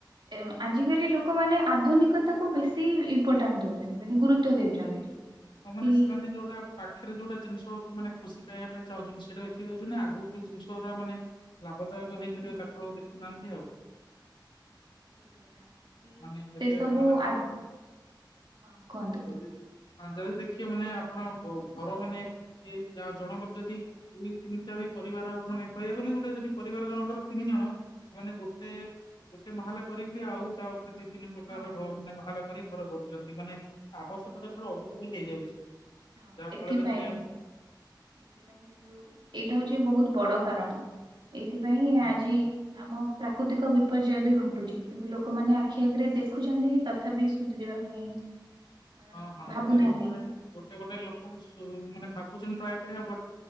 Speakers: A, on the right; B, on the left.
A: ଏମା ଆଜିକାଲି ଲୋକମାନେ ଆଧୁନିକତା କୁ ବେଶୀ ଇମ୍ପୋଟାଣ୍ଟ ଦଉଛନ୍ତି ମାନେ ଗୁରୁତ୍ବ ଦେଉଛନ୍ତି।
B: ଆଉ ମାନେ
A: କି
B: ସେମାନେ ଯୋଉଟା ପାଖରେ ଯୋଉଟା ଜିନିଷକୁ ମାନେ ଖୁସି ପାଇବା ପାଇଁ ଚାହୁଁଛନ୍ତି ସେଇଟା ଦେଖି ଦଉଛନ୍ତି ଆଗୁ କୁ ଜିନିଷ ଗୁରା ମାନେ ଲାଭଦାୟକ ହେଇପାରିବ
A: ହଁ
B: ତାକୁ ଆଉ ଦେଖୁନାହାନ୍ତି ଆଉ।
A: ଠିକ କଥା କି
B: ମାନେ ଏବେ
A: ସେସବୁ
B: ସେମାନଙ୍କ
A: ଆ ହଁ କୁହନ୍ତୁ।
B: ଯଦି ହଁ ଯଦି ଦେଖିବ ମାନେ ଆପଣ ଘ-ଘର ମାନେ କି ଯାହା ଜଣଙ୍କର ଯଦି ଦୁଇ ତିନିଟା ବି ପରିବାର ମାନେ କହିବାକୁ ଗଲେ ଗୋଟେ ଯଦି ପରିବାର ଜଣଙ୍କର ତିନି ଜଣ ସେମାନେ ଗୋଟେ। ଗୋଟେ ମାହାଲା କରିକି ବି ଆଉ ତା ଉପରେ ଦି ତିନି ପ୍ରକାର
A: ହଁ
B: ଘ ମାନେ ମାହାଲା କରି ଘର କରୁଛନ୍ତି ମାନେ ଆବଶ୍ୟକତା ଠାରୁ ଅଧିକା ବି ହେଇଯାଉଛି।
A: ହଁ
B: ଯାହା
A: ଏଥିପାଇଁ
B: ଫଳରେ ମାନେ
A: ଏଥିପାଇଁ କିନ୍ତୁ ଏଇଟା ହଉଛି ବହୁତ ବଡ। କାରଣ ଏଇଥିପାଇଁ
B: ହଁ
A: ଆଜି ଆମ ପ୍ରା କୃତିକ ବିପର୍ଯ୍ୟୟ ବି ଘଟୁଛି କିନ୍ତୁ ଲୋକମାନେ ଆଖି ଆଗରେ ଦେଖୁଛନ୍ତି ତଥାପି ସୁଧରିବା ପାଇଁ। ଆ,
B: ହଁ ହଁ
A: ଭାବୁନାହାନ୍ତି
B: ମାନେ ଲୋକମାନେ
A: କି ହୁଁ,
B: ଗୋଟେ ଗୋଟେ ଲୋକ ସୁ ମାନେ ଭାବୁଛନ୍ତି ଟ୍ରାଏ କରିବା ବଟ।